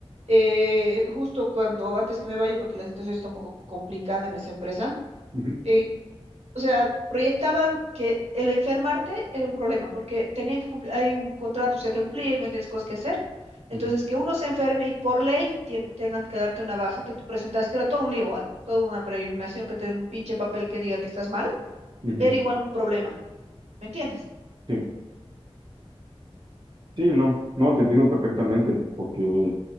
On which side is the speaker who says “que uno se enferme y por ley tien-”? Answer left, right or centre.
Right